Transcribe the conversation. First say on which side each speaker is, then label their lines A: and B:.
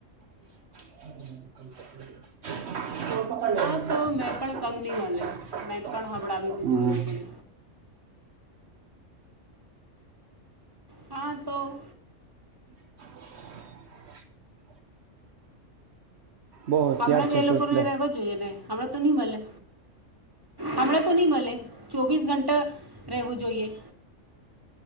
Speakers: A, on the right (about 60°); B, on the right (about 15°).
A: તો. હમ.
B: હા તો મેં પણ કમ નહીં
A: <unintelligible>
B: મળે મેં પણ હમણાવી દીધું એ લોકોને હા, તો
A: <unintelligible> બહુ હોશિયાર
B: હમણાં જ
A: છો
B: એ લોકોને
A: છો એટલે
B: રહેવા જોઈએ ને, હમણાં તો નહી મળે. હમણાં તો નહી ભલે, ચોવીસ ઘંટા રહેવું જોઈએ.